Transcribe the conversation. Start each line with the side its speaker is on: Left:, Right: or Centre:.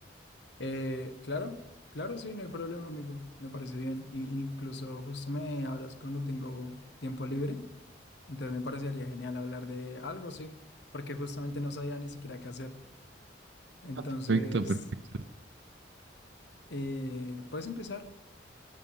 Left: Eh, claro, claro, sí, no hay problema, amigo. Me parece bien. I- incluso justo me hablas cuando tengo tiempo libre. Entonces me parecería genial hablar de algo, sí, porque justamente no sabía ni siquiera qué hacer. Entonces,
Right: Ah, perfecto, perfecto.
Left: eh, ¿puedes empezar?